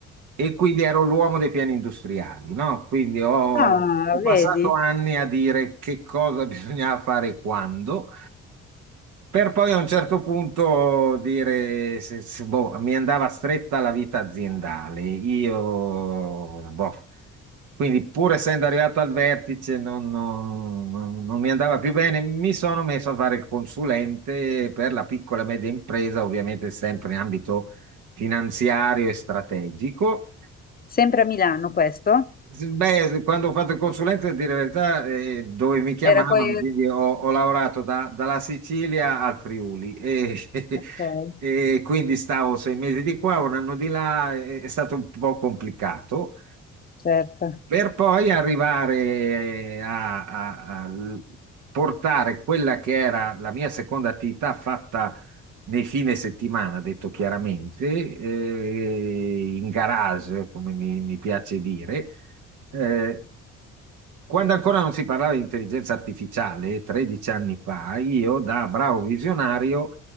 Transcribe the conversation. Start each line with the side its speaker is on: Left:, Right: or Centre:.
Right: e quindi ero l'uomo dei piani industriali, no? Quindi ho,
Left: Ah,
Right: ho passato
Left: vedi?
Right: anni a dire che cosa <laughs> bisognava fare e quando per poi a un certo punto dire, se- se- boh, mi andava stretta la vita aziendale. Io, boh, quindi pur essendo arrivato al vertice, non, non- non- non mi andava più bene. Mi sono messo a fare il consulente per la piccola e media impresa, ovviamente sempre in ambito finanziario e strategico.
Left: Sempre a Milano questo?
Right: Beh, quando ho fatto il consulente, a dire la verità, eh, dove mi chiamavano,
Left: Era poi...
Right: quindi ho, ho lavorato da- dalla Sicilia al Friuli e,
Left: Ok,
Right: <laughs> e quindi stavo sei mesi di qua, un anno di là, è, è stato un po' complicato,
Left: certo.
Right: per poi arrivare eh, a, a- a l- portare quella che era la mia seconda attività fatta nei fine settimana, detto chiaramente, eh, in garage, come mi mi piace dire eh, quando ancora non si parlava di intelligenza artificiale, 13 anni fa, io da bravo visionario